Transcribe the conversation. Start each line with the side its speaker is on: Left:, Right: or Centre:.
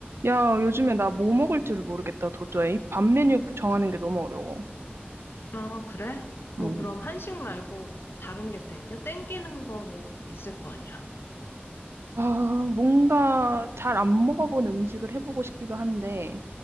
Right: 야, 요즘에 나 뭐 먹을지를 모르겠다, 도저히. 밥 메뉴 정하는 게 너무 어려워.
Left: 아, 그래? 뭐
Right: 음,
Left: 그럼 한식 말고 다른 게 땡겨? 땡기는 거 뭐 있을 거 아니야.
Right: 아, 뭔가 잘 안 먹어본 음식을 해보고 싶기도 한데,